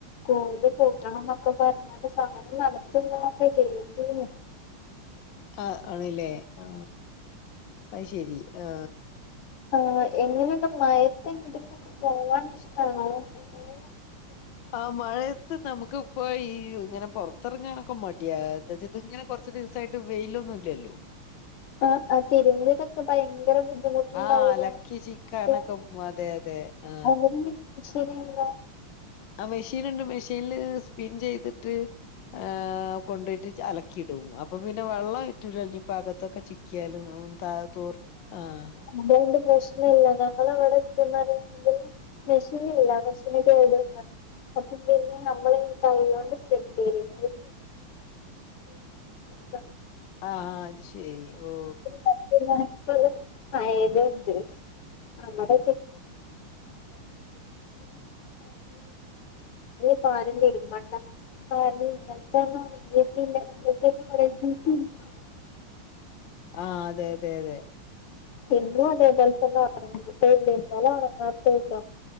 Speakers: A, on the left; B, on the left.
A: കൂലി കൂട്ടണം ന്നൊക്കെ പറഞ്ഞാണ്ട് സമരം നടത്ത്ണ്ട് ന്നൊക്കെ കേട്ടിനി
B: ആ ആണ്ല്ലേ ആ അയിശരി ആ
A: ആ എങ്ങനെയണ്ട് മയത്ത് എങ്ങട്ടെങ്കിലും പോവാൻ ഇഷ്ട്ടാണോ എങ്ങനെ
B: ആ മഴയത്ത് നമുക്ക് <unintelligible> ഇങ്ങനെ പുറത്തിറങ്ങാനൊക്കെ മടിയാ എന്താച്ച ഇത് ഇങ്ങനെ കൊറച്ച് ദിവസായിട്ട് വെയിലൊന്നുല്ലല്ലോ
A: ആ അ തിര്മ്പ്ണതൊക്കെ ഭയങ്കര ബുദ്ധിമുട്ട്ണ്ടാവോല്ലോ
B: ആഹ് അലക്കി ചിക്കാനൊക്കെ
A: ലെ
B: അതെ അതെ ആഹ്
A: അങ്ങനന്യേ ശരിയാണല്ലോ
B: ആ മെഷീന്നുണ്ട് മെഷീനില് സ്പിൻ ചെയ്ത്ട്ട് ഏ കൊണ്ടോയിട്ട് അലക്കിടും അപ്പൊ പിന്നെ വെള്ളറ്റൂല്ലല്ലോ ഇഭാഗത്തൊക്ക ചി ക്കിയാലും മ് ത തൊർ ആഹ്
A: അത്കൊണ്ട് പ്രശ്നല്ലട ഞങ്ങളെ ഇവടെ <unintelligible> പറയാണെങ്കില് മെഷീന് ഇല്ല മെഷീനിട്ട വീട് അപ്പം പിന്നെ നമ്മൾ കൈകൊണ്ട് സ്റ്റിച്ചെയ്യും <unintelligible> <inaudible>
B: ആഹ ശരി ഓ
A: <unintelligible> <unintelligible> അങ്ങനെ പ്പാരും തിര്മ്പണ്ട <unintelligible>
B: ആഹ അതെയതെ അതെ
A: എന്നും അതേപോലെതന്ന അറങ്ങട്ട ഇന്നലെ